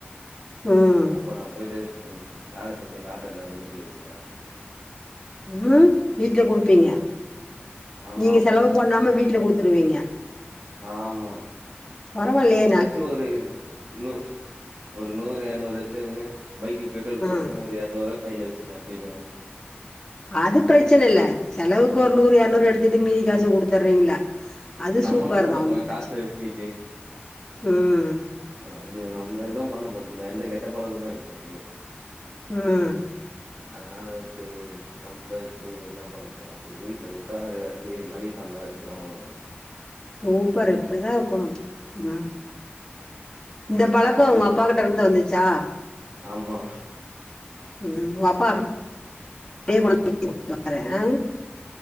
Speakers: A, on the left; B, on the right.
A: ம்
B: அப்ப நா போயிட்டே சரி வேல செஞ்ச காசு ஏதாது வீட்ல குடுப்ப
A: ம் வீட்ல குடுப்பீங்க
B: அந்த மாரி ஆமா
A: நீங்க
B: ஆமா
A: செலவு பண்ணாம வீட்ல குடுத்துருவீங்க
B: ஆமா
A: பரவாயில்லயே
B: ஏதாச்சு ஒரு இன்னு ஒரு நூறு எரநூறு எடுத்துக்கின்னு பைக்கு பெட்ரோல்
A: ஆ
B: போட்டுன்னு, ஒரு எரநூறுவா கையில வச்சுப்ப எப்பியுமே
A: அது பிரச்சன இல்ல, செலவுக்கு
B: ம்
A: ஒரு நூறு எரநூறு எடுத்துட்டு மீதி காசு குடுத்துர்றீங்களே அது
B: நம்ம
A: சூப்பர்தா
B: என்ன பண்ண போறோ
A: ஒன்னு பிரச்சன
B: காச வச்சுக்கிட்டு
A: இல்ல ம்
B: ஆ அப்டியா நம்ம எதுவு பண்ணப் போறதுல்ல எந்த கெட்ட பழக்கமும் இல்ல எனக்கு
A: ம்
B: <inaudible> அதனால சரி நம்ம வச்சு என்ன பண்ணப் போறோ அப்டி வீட்ல குடுத்தா ஏதாச்சு மல்லிக சாமான் எதா ச்சு வாங்குவாங்க
A: சூப்பர் இப்டிதா இருக்கணு ம் இந்த பழக்கம்
B: அப்டியே
A: உங்க அப்பாக்கிட் டருந்து வந்துச்சா
B: ஆமா
A: ம் உங்க அப்பா <inaudible> குடுத்துடுவாரு
B: ம்
A: ஆ